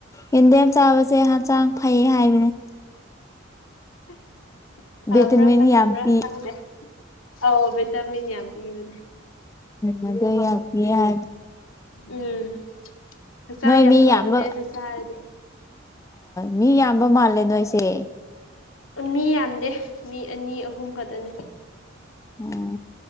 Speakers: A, on the left; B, on the left.
A: ꯌꯦꯟꯗꯦꯝ ꯆꯥꯕꯁꯦ ꯍꯛꯆꯥꯡ ꯐꯩꯌꯦ ꯍꯥꯏꯕꯅꯦ
B: ꯍ <unintelligible> ꯐꯕ꯭ꯔꯥ
A: ꯚꯤꯇꯃꯤꯟ
B: ꯐꯠꯇꯕ꯭ꯔꯥ
A: ꯌꯥꯝ ꯄꯤ
B: ꯈꯪꯗ‌ꯦ ꯑꯧ ꯚꯤꯇꯥꯃꯤꯟ ꯌꯥꯝ ꯄꯤꯕꯅꯦ
A: ꯎꯝꯗ ꯌꯥꯄꯤ ꯌꯥ
B: ꯎꯝ ꯍꯛꯆꯥꯡ
A: ꯅꯣꯏ
B: ꯌꯥꯝ
A: ꯃꯤ
B: ꯐꯕꯅꯦ
A: ꯌꯥꯝꯕ
B: ꯑꯗꯨ ꯆꯥꯔꯗꯤ
A: ꯃꯤ ꯌꯥꯝꯕ ꯃꯥꯜꯂꯦ ꯅꯣꯏꯁꯦ
B: ꯃꯤ ꯌꯥꯝꯗꯦ ꯃꯤ ꯑꯅꯤ ꯑꯍꯨꯝ ꯈꯛꯇꯅꯤ
A: ꯎꯝ